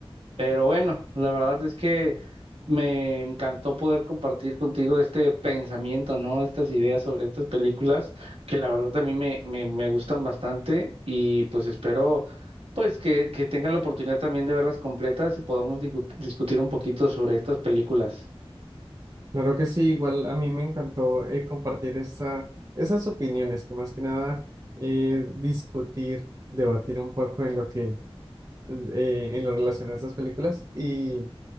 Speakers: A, on the right; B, on the right.
A: Pero bueno, la verdad es que me encantó poder compartir contigo este pensamiento, ¿no? Estas ideas sobre estas películas, que la verdad también me, me, me gustan bastante y pues espero pues que, que tengas la oportunidad también de verlas completas y podamos digu- discutir un poquito sobre estas películas.
B: Claro que sí, igual a mí me encantó eh, compartir esa, esas opiniones, que más que nada eh, discutir, debatir un poco en lo que, eh, en lo relacionado a estas películas y